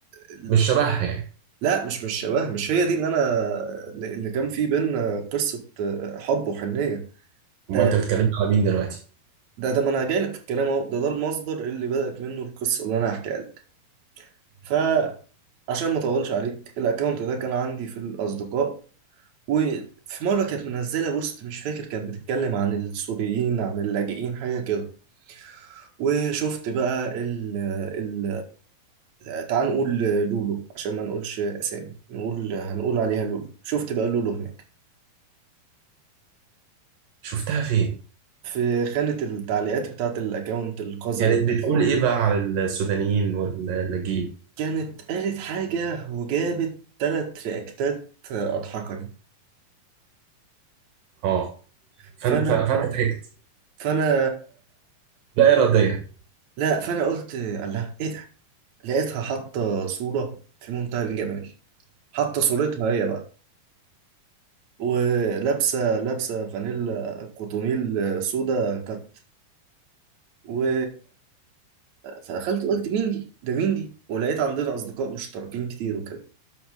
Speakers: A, on the right; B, on the right.
A: ال
B: مش شبهها يعني
A: لا مش مش شبه مش هي دي اللي انا اللي كان في بينا قصة حب وحنية
B: امال
A: ده
B: انت بتتكلم على مين دلوقتي
A: ده, ده ما انا جاي لك في الكلام اهو ده ده المصدر اللي بدأت منه القصة اللي انا هحكيها لك فعشان ما اطولش عليك الاكونت ده كان عندي في الاصدقاء وفي مرة كانت منزلة بوست مش فاكر كانت بتتكلم عن السوريين عن اللاجئين حاجة كده وشفت بقى ال ال تعال نقول لولو عشان ما نقولش أسامي نقول هنقول عليها لولو شفت بقى لولو هناك
B: شفتها فين
A: في خانة التعليقات بتاعة الأكاونت القذر
B: كانت
A: اللي بتفرج
B: بتقول ايه
A: عليه
B: بقى على السودانيين واللاجئين
A: كانت قالت حاجة وجابت تلات رياكتات أضحكني
B: اه
A: فأنا
B: فانت فانت ضحكت
A: فأنا
B: لا إراديا
A: لا فأنا قلت الله إيه ده لقيتها حاطة صورة في منتهى الجمال حاطة صورتها هي بقى ولابسه لابسه فانيلا كوتونيل سودا كات و فدخلت قلت مين دي ده مين دي ولقيت عندنا اصدقاء مشتركين كتير وكده